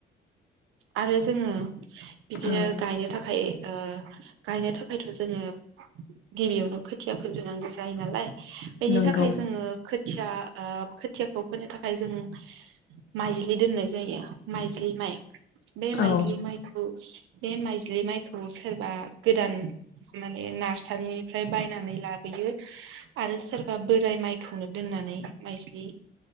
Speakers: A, on the right; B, on the left.
A: आरो जोंङो बिदिनो
B: औ
A: गायनो थाखाय गायनो थाखायथ' जोंङो गिबियावनो खोथिया फोदोनांगौ जायो नालाय बेनि
B: नंगौ
A: थाखाय जोंङो खोथिया खोथियाखौ फोनो थाखाय जों माइज्लि दोननाय जायो माइज्लि माइ बे माइज्लि
B: औ
A: माइखौ बे माइज्लि माइखौ सोरबा गोदान माने नार्सारिनिफ्राय बायनानै लाबोयो। आरो सोरबा बोराय माइखौनो दोननानै माइजलि